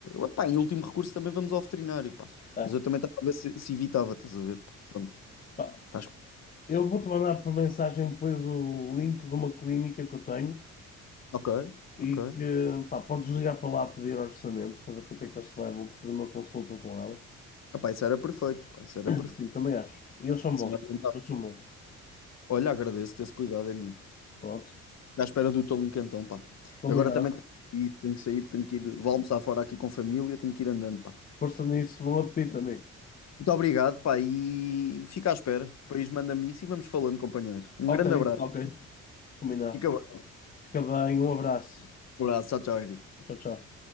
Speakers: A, on the left; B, on the left.
A: epá, em último recurso também vamos ao veterinário, pá.
B: É.
A: Mas eu também estava a ver se, se evitava, estás a ver? Porque, pronto,
B: Pá,
A: estás...
B: Eu vou-te mandar por mensagem depois o link de uma clínica que eu tenho
A: Ok,
B: e
A: ok.
B: que pá, podes ligar para lá a pedir orçamento para ver quanto é que eles te levam para fazer uma consulta com ela.
A: Epá, isso era perfeito, pá, isso era perfeito.
B: Sim, também acho. E eles são
A: Sim,
B: bons.
A: orientavas.
B: Eles são bons.
A: Olha, agradeço-te esse cuidado, amigo.
B: Pronto.
A: À espera do teu link então, pá.
B: Combinado.
A: Agora também tenho que ir, tenho que sair, tenho que ir. Vou almoçar fora aqui com a família, tenho que ir andando, pá.
B: Força nisso. Bom apetite, amigo.
A: Muito obrigado, pá, e fica à espera. Depois manda-me isso e vamos falando, companheiro. Um
B: Ok,
A: grande abraço.
B: ok. Combinado.
A: Fica bem.
B: Fica bem. Um abraço.
A: Um abraço. Tchau, tchau, Henrique.
B: Tchau, tchau.